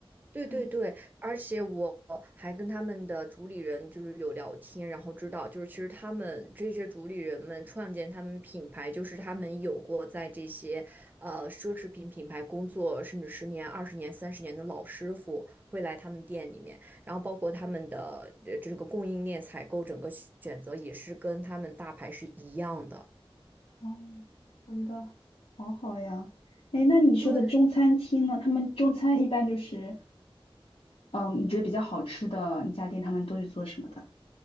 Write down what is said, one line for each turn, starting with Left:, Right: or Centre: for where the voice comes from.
Right: 对对对，
Left: 对，
Right: 而且我还跟他们的主理人就是有聊天，然后知道就是其实他们这些主理人们创建他们品牌，就是他们有过在这些呃奢侈品品牌工作，甚至十年、二十年、三十年的老师傅会来他们店里面，然后包括他们的呃这个供应链采购整个选择也是跟他们大牌是一样的。
Left: 哦，我觉得好好呀。哎，那你说的中餐厅呢？
Right: 对，
Left: 他们中餐一般就是，嗯，你觉得比较好吃的那家店，他们都是做什么的？